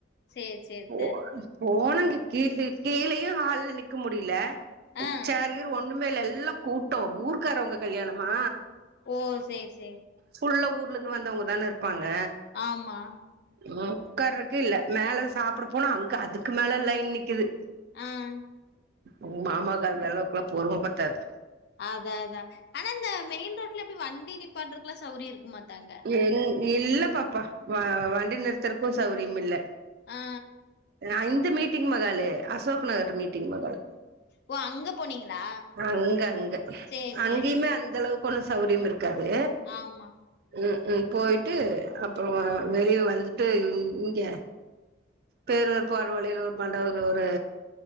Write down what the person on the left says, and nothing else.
சேரி சேரித்த
ஆ
ஓ சேரி சேரி
ஆமா
அஹ்
அதா அதா ஆனா இந்த மெயின் ரோட்ல எப்படி வண்டி நிப்பாற்றதுக்கு எல்லாம் சௌரியம் இருக்குமாத்த அங்க
ஆ
ஓ அங்க போனீங்களா
சேரி சேரி
ஆமா